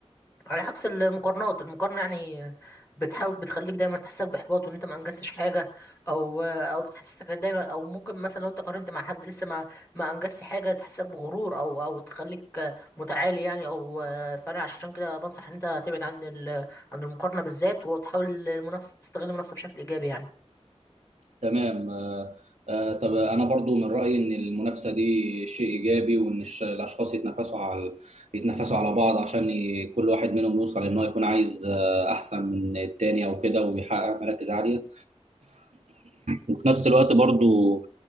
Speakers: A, on the left (about 20°); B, on the right (about 75°).
A: على عكس المقارنات المقارنة يعني بتحاول بتخليك دايما تحسسك بإحباط وإن أنت ما أنجزتش حاجة أو أو بتحسسك دايما أو ممكن مثلا لو أنت قارنت مع حد لسه ما ما أنجزش حاجة تحسسك بغرور أو أو تخليك متعالي يعني أو فأنا عشان كده بنصح إن أنت تبعد عن ال عن المقارنة بالذات وتحاول المنافسة تستغل المنافسة بشكل إيجابي يعني
B: تمام آه، آه، طب انا برضو من رايي ان المنافسه دي شيء ايجابي وان الش- الاشخاص يتنافسوا على يتنافسوا على بعض عشان ي- كل واحد منهم يوصل ان هو يكون عايز آه، احسن من التاني او كده ويحقق مراكز عاليه وفي نفس الوقت برضو